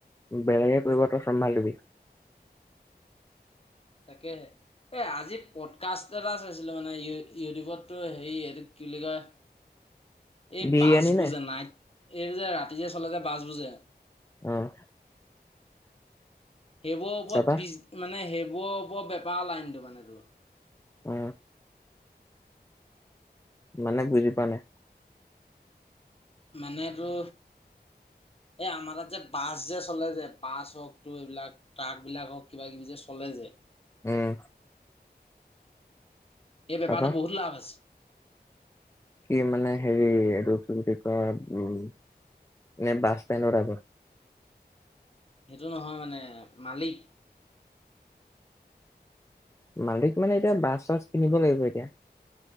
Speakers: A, on the left; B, on the left.
A: বেলেগে কৰিব তই চম্ভালিবি।
B: তাকেহে। এই আজি পডকাষ্ট এটা চাইছিলোঁ মানে ইউ-ইউটিউবতটোৰ হেৰি এইটো কি বুলি কয় এই
A: বিৰিয়ানী
B: বাছবুৰ
A: নে?
B: জনা এই যে ৰাতি যে চলে যে বাছবুৰ যে
A: উম
B: সেইবোৰৰ ওপৰত
A: তাৰপা
B: বিজ মানে সেইবোৰৰ ওপৰত বেপাৰ লাইনটো মানে তোৰ
A: উ মানে বুজি পোৱা নাই।
B: মানে তোৰ এই আমাৰ তাত যে বাছ যে চলে যে বাছ হওঁক তোৰ এইবিলাক ট্ৰাক বিলাক হওক কিবা কিবি যে চলে যে
A: উম।
B: এই বেপাৰটোত
A: তাৰপা
B: বহুত লাভ আছে।
A: কি মানে হেৰি এইটো কি বুলি কয়, উম এনে বাছ ষ্টেনৰ আগত
B: সেইটো নহয় মানে মালিক
A: মালিক মানে এতিয়া বাছ-চাছ কিনিব লাগিব এতিয়া।